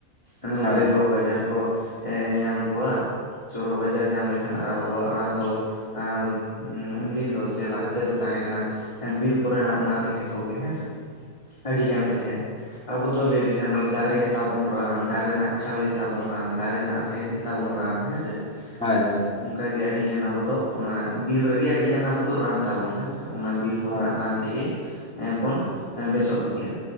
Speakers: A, on the left; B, in the centre.
A: ᱟᱫᱚ ᱱᱚᱝᱠᱟ
B: ᱦᱳᱭ
A: ᱜᱮ ᱨᱳᱜᱽ ᱟᱡᱟᱨ ᱠᱚ ᱧᱟᱢ ᱠᱚᱣᱟ ᱪᱚᱨᱚᱠᱽ ᱟᱡᱟᱨ ᱧᱟᱢ ᱞᱮᱠᱷᱟᱱ ᱟᱨ ᱟᱵᱚᱣᱟᱜ ᱨᱟᱱ ᱫᱚ ᱮᱸ ᱩᱱᱫᱤᱱ ᱫᱚ ᱥᱮ ᱞᱟᱦᱟ ᱛᱮᱫᱚ ᱛᱟᱦᱮᱸ ᱠᱟᱱᱟ᱾ ᱵᱤᱨ ᱠᱚᱨᱮᱱᱟᱜ ᱚᱱᱟ ᱨᱮᱦᱮᱫ ᱠᱚᱜᱮ ᱦᱮᱸ ᱥᱮ, ᱟᱹᱰᱤᱜᱟᱱ ᱨᱮᱦᱮᱫ᱾ ᱟᱵᱚ ᱫᱚ ᱞᱟᱹᱭ ᱞᱮᱠᱷᱟᱱ ᱫᱚ ᱫᱟᱨᱮ ᱜᱮᱛᱟᱵᱚᱱ ᱨᱟᱱ ᱫᱟᱨᱮ ᱨᱮᱱᱟᱜ ᱪᱷᱟᱞ ᱜᱮᱛᱟᱵᱚᱱ ᱨᱟᱱ ᱫᱟᱨᱮ ᱨᱮᱱᱟᱜ ᱨᱮᱦᱮᱫ ᱜᱮᱼᱼ ᱛᱟᱵᱚᱱ ᱨᱟᱱ ᱦᱮᱸᱥᱮ᱾
B: ᱦᱳᱭ ᱦᱳᱭ᱾
A: ᱚᱱᱠᱟ ᱜᱮ ᱟᱹᱰᱤ ᱜᱟᱱ ᱟᱵᱚ ᱫᱚ ᱚᱱᱟ ᱵᱤᱨ ᱨᱮᱜᱮ ᱟᱹᱰᱤ ᱜᱟᱱ ᱟᱵᱚ ᱫᱚ ᱨᱟᱱ ᱛᱟᱵᱚᱱ ᱾ ᱦᱮᱸᱥᱮ? ᱚᱱᱟ ᱵᱤᱨ ᱠᱚ
B: ᱦᱳᱭ
A: ᱨᱮᱱᱟᱜ ᱨᱟᱱ᱾ ᱛᱮᱜᱮ ᱵᱚᱱ ᱵᱮᱥᱚᱜ ᱜᱮᱭᱟ